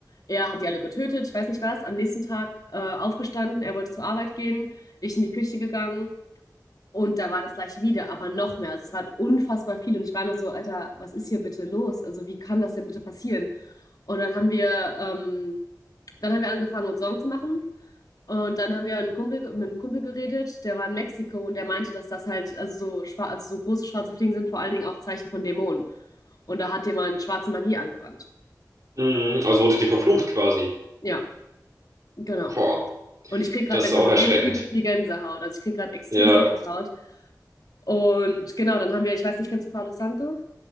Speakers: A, on the left; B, on the right.
A: Er hat die alle getötet, ich weiß nicht was, am nächsten Tag äh, aufgestanden, er wollte zur Arbeit gehen, ich in die Küche gegangen, und da war das gleich wieder, aber noch mehr. Also es waren unfassbar viele. Und ich war nur so, Alter, was ist hier bitte los? Also wie kann das denn bitte passieren? Und dann haben wir, ähm, dann haben wir angefangen, uns Sorgen zu machen. Und dann haben wir einen Kumpel, mit einem Kumpel geredet, der war in Mexiko und der meinte, dass das halt, also so, schwa- also so große schwarze Fliegen sind vor allen Dingen auch Zeichen von Dämonen. Und da hat jemand schwarze Magie angewandt.
B: Mhm. Also wurde dir verflucht quasi.
A: Ja, genau.
B: Boah,
A: Und ich kriege gerade,
B: das
A: wenn
B: ist
A: ich
B: auch
A: davon
B: erschreckend.
A: rede, übelst die Gänsehaut. Also ich kriege gerade extremste
B: Ja.
A: Gänsehaut. Und genau, dann haben wir, ich weiß nicht, kennst du Palo Santo?